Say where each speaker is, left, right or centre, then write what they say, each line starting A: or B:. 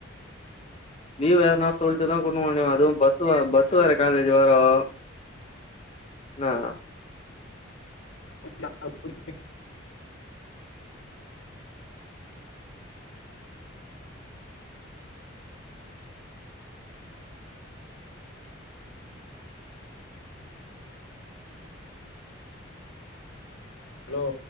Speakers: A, on the left; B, on the left.
A: லீவு வேணா சொல்ட்டு தா கூட்னு போனே அதுவும் பஸ் வ பஸ்ஸு வர காலேஜு வரும் நா
B: நா எப்படி ஹலோ